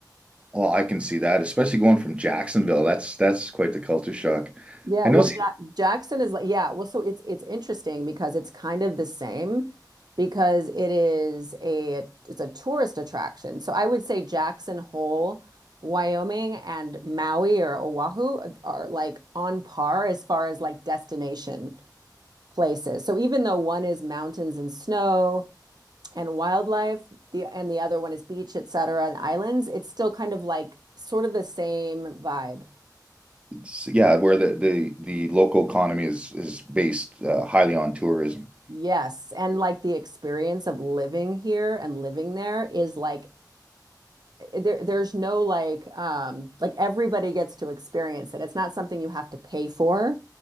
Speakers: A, on the right; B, on the right.
A: well, I can see that, especially going from Jacksonville. That's that's quite the culture shock.
B: Yeah,
A: I
B: well,
A: know it's
B: Ja Jackson is like, yeah, well, so it's it's interesting because it's kind of the same because it is a it's a tourist attraction. So I would say Jackson Hole, Wyoming and Maui or Oahu are like on par as far as like destination places. So even though one is mountains and snow and wildlife, the and the other one is beach, et cetera, and islands, it's still kind of like sort of the same vibe.
A: So, yeah, where the the the local economy is is based uh, highly on tourism.
B: Yes, and like the experience of living here and living there is like eh, there there's no like um like everybody gets to experience it. It's not something you have to pay for.